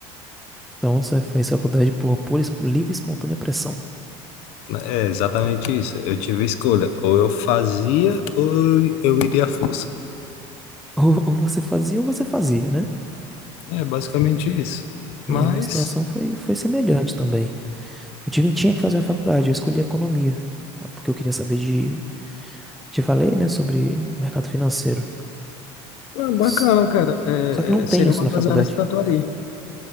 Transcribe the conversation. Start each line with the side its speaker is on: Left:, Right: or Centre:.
Centre: Então você fez faculdade por pura, e espo- livre e espontânea pressão.
Left: É exatamente isso. Eu tive escolha, ou eu fazia ou eu eu iria à força.
Centre: <laughs> Ou, ou você fazia ou você fazia, né?
Left: É basicamente isso. Mas,
Centre: E a minha situação foi, foi semelhante também. Eu tive, tinha que fazer uma faculdade, eu escolhi economia, porque eu queria saber de, te falei, né, sobre mercado financeiro.
Left: é bacana,
Centre: S-
Left: cara. É,
Centre: Só que não
Left: é,
Centre: tem
Left: seria
Centre: isso
Left: uma
Centre: na
Left: das
Centre: faculdade.
Left: áreas que eu atuaria.